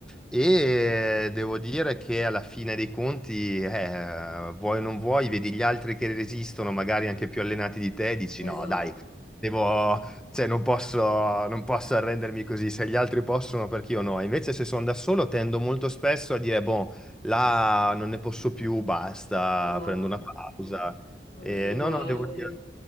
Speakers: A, in the centre; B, on the left.
A: e devo dire che alla fine dei conti, eh, vuoi o non vuoi, vedi gli altri che resistono, magari anche più allenati di te, e dici
B: esatto,
A: no, dai. Devo, cioè, non posso, non posso arrendermi così, se gli altri possono, perché io no. Invece, se sono da solo, tendo molto spesso a dire, boh, là non ne posso più, basta,
B: esatto.
A: prendo una pausa.
B: Anch'io
A: E
B: uguale,
A: no, no, devo
B: poi
A: dire...